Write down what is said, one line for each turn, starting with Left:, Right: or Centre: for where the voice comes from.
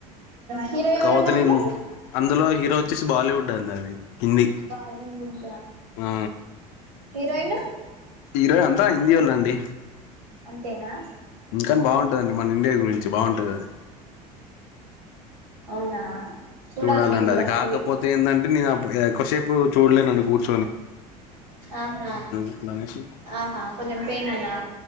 Right: హిరో ఎవర
Left: కాకపోతే
Right: అండి అందులో
Left: నేను అందులో హీరో వచ్చేసి బాలీవుడ్ అండి అది హిందీ
Right: బాలివుడ్
Left: ఆ
Right: హీరోయిన్
Left: ఇరవై అంతా హిందీ వాళ్ళ అండి
Right: అంతేనా
Left: ఇంకాని బాగుంటుదండి మన ఇండియా గురించి మంచి బాగుంటుదిది
Right: అవునా చూడాలి
Left: చూడాలండి
Right: మేము కూడా
Left: అది కాకపోతే
Right: మూవీ
Left: ఏందంటే నేన్ అ కొషేపు చూడ కూర్
Right: ఆహా
Left: అట్లా అనేసి
Right: ఆహా కొంచెం పెయిన్ ఉన్నా